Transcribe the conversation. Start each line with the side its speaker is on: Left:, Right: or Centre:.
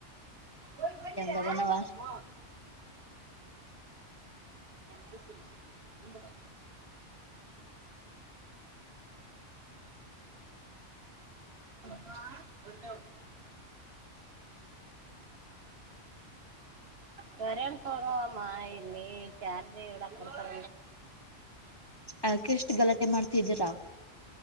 Right: ಹ ಬಂದಿರಾ
Left: ಹೆಂಗದನವ
Right: ಹ ಸ ಅ ಹ ಹದ ಸರೆನ್ೋಗುವಾಮ ಇಲ್ಲಿ ಚಾರ್ಜ ಎಡ ಕೊಡ್ತರ
Left: ಅಕೆ ಎಷ್ಟು ಗಲಾಟೆ ಮಾಡ್ತಿದ್ದೀರಾ